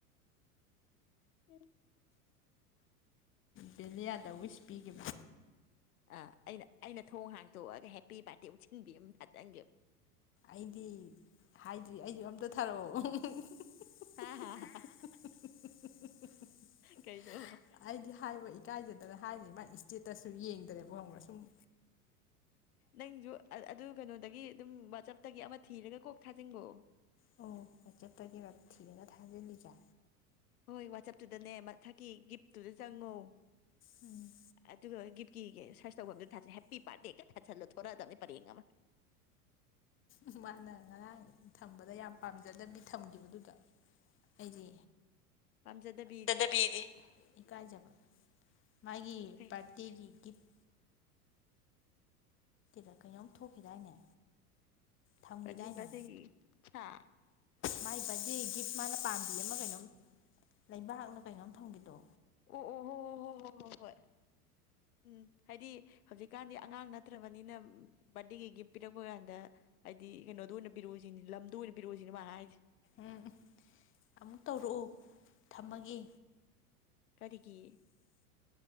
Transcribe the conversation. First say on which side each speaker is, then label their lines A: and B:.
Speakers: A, on the left; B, on the left.
A: ꯎꯝ
B: ꯕꯦꯂꯤꯌꯥꯗ ꯋꯤꯁ ꯄꯤꯈꯤꯕ
A: ꯑꯥ ꯑꯩꯅ ꯑꯩꯅ ꯊꯣꯡ ꯍꯥꯡꯇꯣꯛꯑꯒ ꯍꯦꯞꯄꯤ ꯕꯥꯔꯗꯦ ꯎꯠꯁꯤꯟꯕꯤ ꯑꯃ ꯊꯥꯖꯟꯒꯦ
B: ꯑꯩꯗꯤ ꯍꯥꯏꯗ꯭ꯔꯤ ꯑꯩꯁꯨ ꯑꯝꯇ ꯊꯥꯔꯛꯑꯣ <unintelligible>
A: ꯍꯥ ꯍꯥ ꯍꯥ ꯀꯩꯅꯣ
B: ꯑꯩꯗꯤ ꯍꯥꯏꯕ ꯏꯀꯥꯏꯖꯗꯅ ꯍꯥꯏꯅꯤꯃꯒꯤ ꯏꯁꯇꯦꯇꯁꯁꯨ ꯌꯦꯡꯗ꯭ꯔꯦꯕ <unintelligible>
A: ꯅꯪꯁꯨ ꯑꯗꯨ ꯀꯩꯅꯣꯗꯒꯤ ꯑꯗꯨꯝ ꯋꯥꯆꯞꯇꯒꯤ ꯑꯃ ꯊꯤꯔꯒ ꯀꯣꯛ ꯊꯥꯖꯤꯟꯒꯣ
B: ꯑꯣ <unintelligible> ꯊꯤꯔꯒ ꯊꯥꯖꯤꯜꯂꯤꯖꯦ
A: ꯍꯣꯏ ꯋꯥꯆꯞꯇꯨꯗꯅꯦ ꯃꯊꯛꯀꯤ ꯒꯤꯐꯇꯨꯗ ꯆꯪꯉꯣ
B: ꯎꯝ
A: ꯑꯗꯨꯒ ꯒꯤꯐ ꯀꯤ ꯀꯦ ꯁꯔꯁ ꯇꯧꯐꯝꯗꯨꯗꯤ ꯊ ꯍꯦꯄꯤ ꯕꯥꯔꯗꯦꯒ ꯊꯣꯛꯔꯛꯑꯗꯕꯅꯤ ꯄꯔꯦꯡ ꯑꯃ
B: ꯑꯣ ꯃꯥꯅ ꯉꯔꯥꯡ ꯊꯝꯕꯗ ꯌꯥꯝ ꯄꯥꯝꯖꯗꯕꯤ ꯊꯝꯈꯤꯕꯗꯨꯗ ꯑꯩꯗꯤ
A: ꯄꯥꯝꯖꯗꯕꯤꯗꯤ
B: ꯇꯗꯕꯤꯗꯤ ꯏꯀꯥꯏꯖꯕ ꯃꯥꯒꯤ
A: ꯀꯩ
B: ꯄꯔꯇꯤꯒꯤ ꯒꯤꯐ ꯗ ꯀꯩꯅꯣꯝ ꯊꯣꯛꯈꯤꯗꯥꯏꯅꯦ
A: <unintelligible>
B: ꯊꯝꯈꯤꯗꯥꯏꯅꯦ ꯃꯥꯏ ꯕꯔꯗꯦ ꯒꯤꯐ ꯃꯥꯅ ꯄꯥꯝꯕꯤ ꯑꯃ ꯀꯩꯅꯣꯝ ꯂꯩꯕꯥꯛꯅ ꯀꯩꯅꯣꯝ ꯊꯝꯒꯤꯕꯗꯣ
A: ꯑꯣ ꯑꯣ ꯍꯣ ꯍꯣ ꯍꯣ ꯍꯣꯏ ꯍꯣꯏ ꯍꯣꯏ ꯎꯝ ꯍꯥꯏꯗꯤ ꯍꯧꯖꯤꯛꯀꯥꯟꯗꯤ ꯑꯉꯥꯡ ꯅꯠꯇ꯭ꯔꯕꯅꯤꯅ ꯕꯥꯔꯗꯦꯒꯤ ꯒꯤꯐ ꯄꯤꯔꯛꯄ ꯀꯥꯟꯗ ꯍꯥꯏꯗꯤ ꯀꯩꯅꯣꯗ ꯑꯣꯏꯅ ꯄꯤꯔꯛꯎꯁꯤꯅꯤ ꯂꯝꯗꯨ ꯑꯣꯏꯅ ꯄꯤꯔꯛꯎꯁꯤꯅꯦ ꯃꯥꯅ ꯍꯥꯏꯁꯦ
B: ꯎꯝ ꯑꯃꯨꯛ ꯇꯧꯔꯛꯑꯣ ꯊꯝꯃꯒꯦ
A: ꯀꯔꯤꯒꯤ